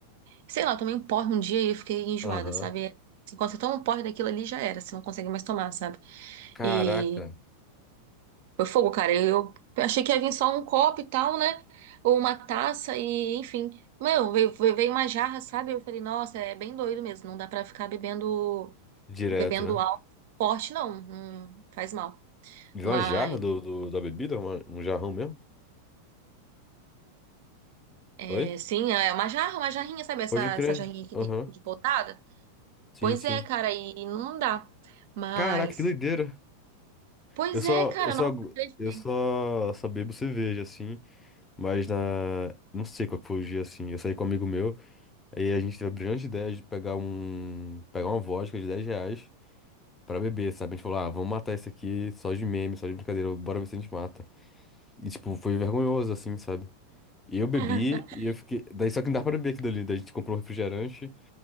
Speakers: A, on the right; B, on the left.
A: Sei lá, eu tomei um porre um dia e eu fiquei enjoada,
B: Aham.
A: sabe? É, Assim, Quando você toma um porre daquilo ali, já era, você não consegue mais tomar, sabe?
B: Caraca,
A: E foi fogo, cara. Eu achei que ia vir só um copo e tal, né? Ou uma taça e, enfim. Meu, veio, veio veio uma jarra, sabe? Eu falei, nossa, é bem doido mesmo. Não dá pra ficar bebendo,
B: Direto,
A: bebendo
B: né?
A: álcool forte, não. Não faz mal.
B: De
A: Mas.
B: uma jarra do, do- da bebida? Uma- um jarrão mesmo?
A: É,
B: Oi?
A: sim, é uma jarra, uma jarrinha, sabe? Essa,
B: Pode crer.
A: essa jarrinha que
B: Aham.
A: tem de podada.
B: Sim,
A: Pois
B: sim.
A: é, cara, e não dá. Mas,
B: Caraca, que doideira.
A: pois
B: Eu só,
A: é, cara,
B: eu só,
A: nossa, acreditei.
B: eu só, só bebo cerveja, assim. Mas na. Não sei qual que foi o dia, assim. Eu saí com um amigo meu. Aí a gente teve a brilhante ideia de pegar um, pegar uma vodka de 10 reais pra beber, sabe? A gente falou, ah, vamos matar isso aqui só de meme, só de brincadeira, bora ver se a gente mata. E, tipo, foi vergonhoso, assim, sabe? E eu bebi
A: <laughs>
B: e eu fiquei. Daí só que não dá pra beber aquilo ali. Daí a gente comprou um refrigerante.